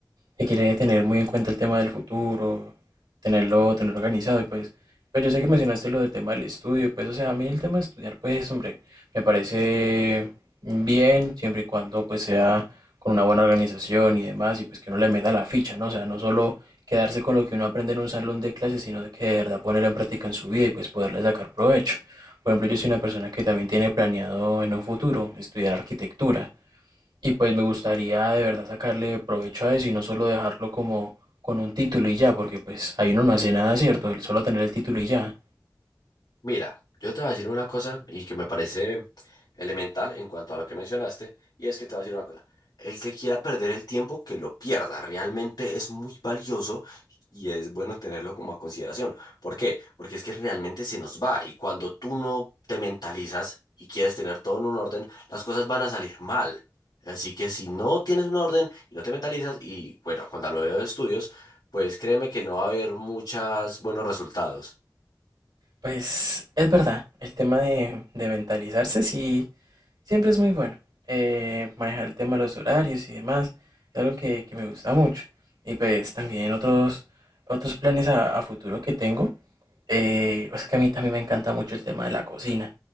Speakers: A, on the right (about 85°); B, on the left (about 80°).
A: que quiere tener muy en cuenta el tema del futuro, tenerlo, tenerlo organizado y pues, pues yo sé que mencionaste lo del tema del estudio, pues o sea, a mí el tema de estudiar pues hombre, me parece bien siempre y cuando pues sea con una buena organización y demás y pues que uno le meta la ficha, ¿no? O sea, no solo quedarse con lo que uno aprende en un salón de clases, sino de que de verdad ponerlo en práctica en su vida y pues poderle sacar provecho. Por ejemplo, yo soy una persona que también tiene planeado en un futuro estudiar arquitectura. Y pues me gustaría de verdad sacarle provecho a eso y no solo dejarlo como con un título y ya, porque pues ahí uno no hace nada, ¿cierto? El solo tener el título y ya.
B: Mira, yo te voy a decir una cosa y que me parece elemental en cuanto a lo que mencionaste, y es que te voy a decir una cosa. El que quiera perder el tiempo, que lo pierda. Realmente es muy valioso y es bueno tenerlo como a consideración. ¿Por qué? Porque es que realmente se nos va y cuando tú no te mentalizas y quieres tener todo en un orden, las cosas van a salir mal. Así que si no tienes un orden y no te mentalizas, y bueno, cuando hablo de estudios, pues créeme que no va a haber muchos buenos resultados.
A: Pues es verdad, el tema de, de mentalizarse sí, siempre es muy bueno. Eh, manejar el tema de los horarios y demás, es algo que, que me gusta mucho. Y pues también otros, otros planes a, a futuro que tengo Eh, pues que a mí también me encanta mucho el tema de la cocina.